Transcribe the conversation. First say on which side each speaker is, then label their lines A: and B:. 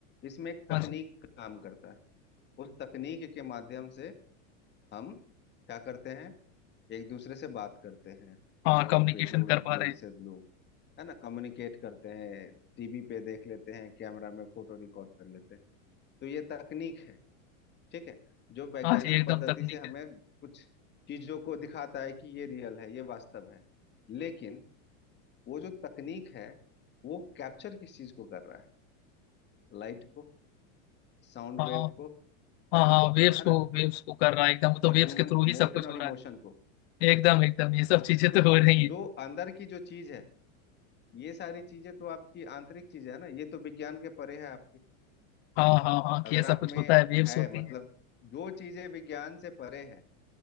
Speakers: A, on the left; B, on the left.
A: इसमें एक
B: हाँ
A: तकनीक
B: जी
A: काम करता है उस तकनीक के माध्यम से हम क्या करते हैं एक दूसरे से बात करते हैं
B: हाँ
A: फोन
B: कम्युनिकेशन
A: पे दूर
B: कर पा
A: दूर
B: रहे हैं
A: से लोग है ना कम्युनिकेट करते हैं टीवी पे देख लेते हैं कैमरा में फोटो रिकॉर्ड कर लेते हैं तो ये तकनीक है ठीक है जो वैज्ञानिक
B: हाँ जी एकदम
A: पद्धति
B: तकनीक
A: से हमें
B: है
A: कुछ चीजों को दिखाता है कि ये रियल है ये वास्तव है लेकिन वो जो तकनीक है वो कैप्चर किस चीज को कर रहा है लाइट को साउंड
B: हाँ
A: वेव को
B: हाँ हाँ वेव्स
A: है
B: को
A: ना
B: वेव्स को कर रहा है एकदम तो
A: और
B: वेव्स
A: ह्यूमन
B: के थ्रू ही
A: मोशन
B: सब कुछ
A: और
B: हो
A: इमोशन
B: रहा है
A: को
B: एकदम
A: तो
B: एकदम ये सब
A: हाँ
B: चीजें
A: तो
B: तो
A: जो
B: हो रही हैं
A: जो अंदर की जो चीज है ये सारी चीजें तो आपकी आंतरिक चीजें है ना ये तो विज्ञान के परे है आपके
B: हाँ हाँ हाँ
A: अगर
B: कि ये सब
A: आप
B: कुछ
A: में
B: होता है वेव्स
A: है
B: होती
A: मतलब
B: है
A: जो चीजें विज्ञान से परे है